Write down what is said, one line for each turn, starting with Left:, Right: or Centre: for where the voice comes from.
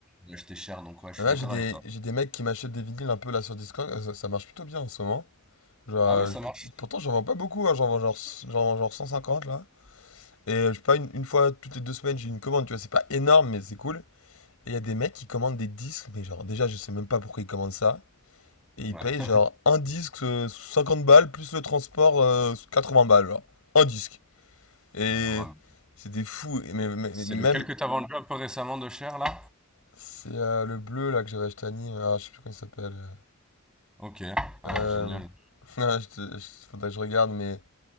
Centre: d'acheter cher, donc ouais, je
Left: Ouais,
Centre: suis d'accord
Left: j'ai des,
Centre: avec toi.
Left: j'ai des mecs qui m'achètent des vinyles un peu là sur Discord, euh, ça, ça marche plutôt bien en ce moment. Genre, euh,
Centre: Ah ouais, ça
Left: je- pour-
Centre: marche?
Left: pourtant j'en vends pas beaucoup, hein, j'en vends genre, j'en vends genre 150 là. Et euh, je sais pas, une, une fois toutes les deux semaines j'ai une commande, tu vois, c'est pas énorme mais c'est cool. Et il y a des mecs qui commandent des disques, mais genre déjà je sais même pas pourquoi ils commandent ça. Et
Centre: Ouais,
Left: ils payent
Centre: <laughs>
Left: genre un disque euh, 50 balles plus le transport euh, 80 balles, genre. Un disque. Et
Centre: c'est vraiment
Left: c'est des fous, Et mais, mais-
Centre: c'est
Left: mais même
Centre: lequel que tu vendu un peu récemment de cher là?
Left: c'est euh, le bleu là que j'avais acheté à Nîmes, ah, je sais plus comment il s'appelle.
Centre: OK. Ah
Left: Euh...
Centre: ouais, génial.
Left: <laughs> Non, je te... je- faudrait que je regarde, mais...